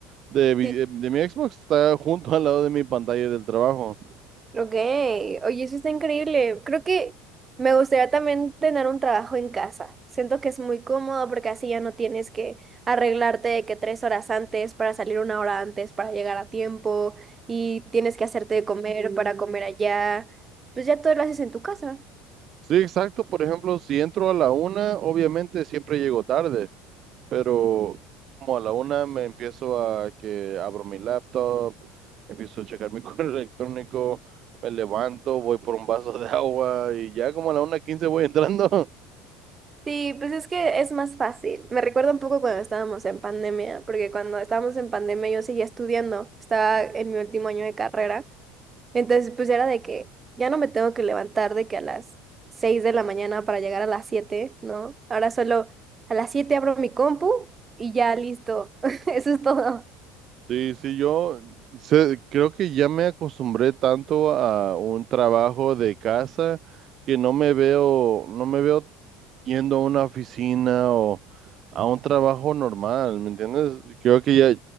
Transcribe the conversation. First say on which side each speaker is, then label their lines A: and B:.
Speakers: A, on the right; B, on the right.
A: de, vi-
B: Sí.
A: eh, de mi Xbox, está junto al lado de mi pantalla del trabajo.
B: Ok. Oye, eso está increíble. Creo que me gustaría también tener un trabajo en casa. Siento que es muy cómodo porque así ya no tienes que arreglarte de que tres horas antes para salir una hora antes para llegar a tiempo y tienes que hacerte de comer para comer allá. Pues ya todo lo haces en tu casa.
A: Sí, exacto. Por ejemplo, si entro a la una, obviamente siempre llego tarde. pero como a la una me empiezo a que abro mi laptop, empiezo a checar mi <laughs> correo electrónico, me levanto, voy por un vaso de agua y ya como a la una quince voy entrando.
B: Sí, pues es que es más fácil. Me recuerda un poco cuando estábamos en pandemia, porque cuando estábamos en pandemia yo seguía estudiando, estaba en mi último año de carrera, entonces pues era de que ya no me tengo que levantar de que a las 6 de la mañana para llegar a las 7, ¿no? Ahora solo a las 7 abro mi compu y ya listo, <laughs> eso es todo.
A: Sí, sí, yo sé- creo que ya me acostumbré tanto a un trabajo de casa que no me veo, no me veo yendo a una oficina o a un trabajo normal, ¿me entiendes? Creo que ya,